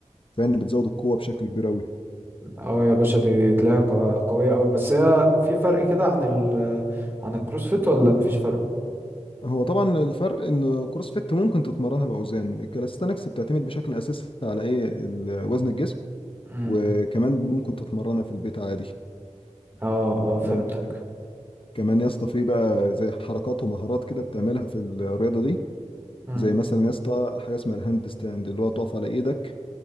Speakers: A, on the left (about 45°); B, on the right (about 20°).
A: فيعني بتزود القوة بشكل كبير قوي
B: اه يا باشا دي تلاقيها ق- قوية قوي بس هي في فرق كده عن ال عن الكروسفيت ولا مفيش فرق
A: هو طبعا الفرق ان كروس فيت ممكن تتمرنها باوزان الكاليستانكس بتعتمد بشكل اساسي على ايه ال- وزن الجسم
B: امم
A: وكمان ممكن تتمرنها في البيت عادي
B: اه اه فهمتك
A: آه، كمان يا اسطى في بقى زي حركات ومهارات كده بتعملها في الرياضة دي
B: امم
A: زي مثلا يا اسطى حاجة اسمها الهاند ستاند اللي هو تقف على ايدك